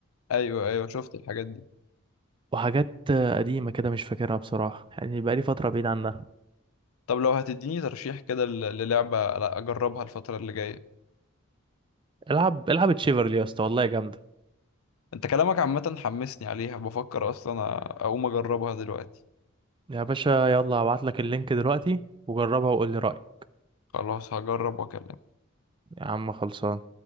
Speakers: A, on the left (about 80°); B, on the right (about 25°).
A: ايوه ايوه شفت الحاجات دي
B: وحاجات قديمة كده مش فاكرها بصراحة يعني بقالي فترة بعيد عنها
A: طب لو هتديني ترشيح كده ل- للعبه لا اجربها الفتره اللي جايه
B: العب العب تشيفرلي يا اسطى والله جامدة
A: انت كلامك عامه حمسني عليها بفكر اصلا أ- اقوم اجربها دلوقتي
B: يا باشا يلا هبعت لك اللينك دلوقتي وجربها وقول لي رأيك
A: خلاص هجرب واكلمك
B: يا عم خلصان